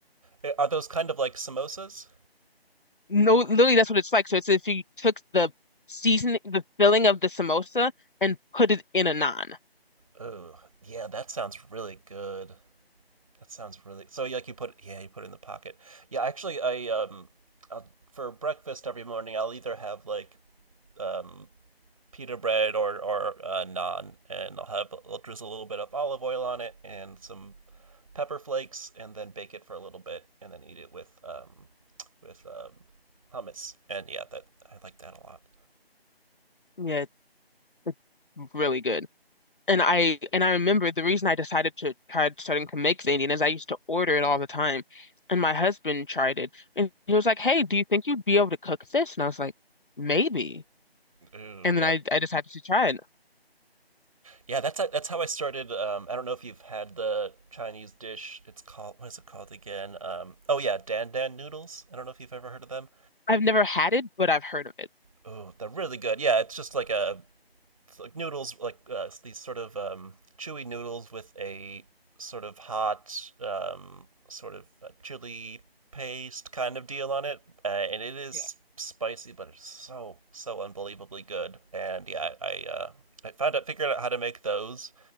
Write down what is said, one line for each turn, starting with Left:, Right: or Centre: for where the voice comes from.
Right: Uh, Are those kind of like samosas?
Left: No, literally that's what it's like. So it's if you took the season, the filling of the samosa and put it in a naan.
Right: Oh, yeah, that sounds really good. That sounds really so. Like you put, yeah, you put it in the pocket. Yeah, actually, I um, I'll, for breakfast every morning, I'll either have like um pita bread or or uh, naan, and I'll have I'll drizzle a little bit of olive oil on it and some pepper flakes, and then bake it for a little bit, and then eat it with um with um hummus. And yeah, that I like that a lot.
Left: Yeah, it's really good. And I and I remember the reason I decided to try starting to make Indian is I used to order it all the time. And my husband tried it and he was like, "Hey, do you think you'd be able to cook this?" And I was like, "Maybe."
Right: Ooh,
Left: And
Right: yeah,
Left: then I I decided to try it.
Right: yeah. That's that's how I started. Um, I don't know if you've had the Chinese dish. It's called what is it called again? Um, oh yeah, dan dan noodles. I don't know if you've ever heard of them.
Left: I've never had it, but I've heard of it.
Right: Oh, they're really good. Yeah, it's just like a like noodles, like uh, these sort of um, chewy noodles with a sort of hot, um, sort of uh, chili paste kind of deal on it, uh, and it is
Left: Yeah.
Right: spicy, but it's so so unbelievably good. And yeah, I uh, I found out figured out how to make those,